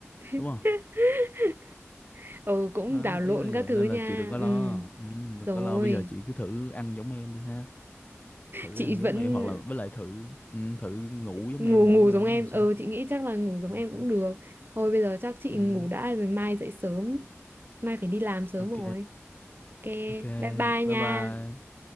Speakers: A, on the left; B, on the right.
A: đúng
B: <laughs>
A: không
B: ừ cũng
A: Đó,
B: đảo lộn
A: ý là
B: các
A: vậy
B: thứ
A: nên
B: nha
A: là chị đừng có lo
B: ừ
A: ừ, đừng
B: rồi
A: có lo bây giờ chị cứ thử ăn giống em đi ha thử
B: chị
A: ăn giống
B: vẫn
A: em hoặc là với lại thử ừ, thử ngủ giống
B: ngủ
A: em thử
B: ngủ
A: coi
B: giống
A: nó
B: em
A: làm sao
B: ừ chị nghĩ chắc là ngủ giống
A: ừ,
B: em cũng được thôi bây giờ chắc chị
A: ừ,
B: ngủ đã rồi mai dậy sớm mai phải đi làm sớm
A: ok
B: rồi ok
A: ok
B: bye bye
A: bye
B: nha
A: bye